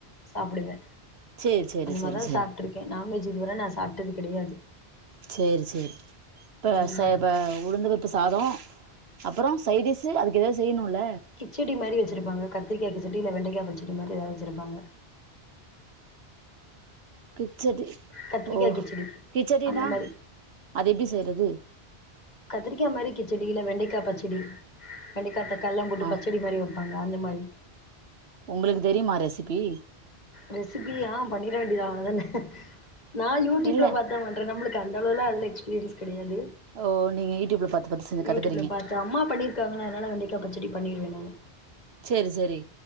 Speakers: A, on the left (about 40°); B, on the right (about 70°).
A: சாப்பிடுவே
B: சேரி சேரி
A: அந்த
B: சேரி
A: மாரிதா
B: சேரி
A: சாப்ட்டு இருக்கே நான்வெஜ் இது வர நா சாப்ட்டது கெடையாது
B: சேரி சேரி இப்ப
A: ம்
B: ச இப்ப இவுங்களுக்கு சாதம் அப்புற சைடீசு அதுக்கு ஏதாவது செய்யணும்ல
A: கிச்சடி மாதிரி வச்சிருப்பாங்க கத்திரிக்காய் கிச்சடி இல்ல வெண்டக்கா பச்சடி மாதிரி ஏதாவது வச்சிருப்பாங்க
B: கிச்சடி
A: கத்திரிக்கா
B: ஓ
A: கிச்சடி
B: கிச்சடினா
A: அந்த மாரி
B: அது எப்டி செய்றது
A: கத்திரிக்காய் மாதிரி கிச்சடி இல்ல வெண்டக்காய் பச்சடி வெண்டைக்காய் தக்காளில்லா போட்டு
B: ஆ
A: பச்சடி மாரி வப் ப்பாங்க அந்த மாரி
B: உங்களுக்கு தெரியுமா ரெசிபி
A: ரெசிபி ஆ பண்ணிட வேண்டியதா அவளதானே நா யூடியூப்ல
B: இல்ல
A: பாத்தா பண்ணுவ நம்மளுக்கு அந்த அளவலா அதுல எக்ஸ்பீரியன்ஸ் கெடையாது
B: ஓ நீங்க யூடியூப்ல பாத்து பாத்து செஞ்சு
A: யூடியூப்ல
B: கத்துக்குறீங்க
A: பாத்து அம்மா பண்ணிருக்காங்கள அதனால வெண்டைக்கா பச்சடி பண்ணிருவே நானு
B: சேரி சேரி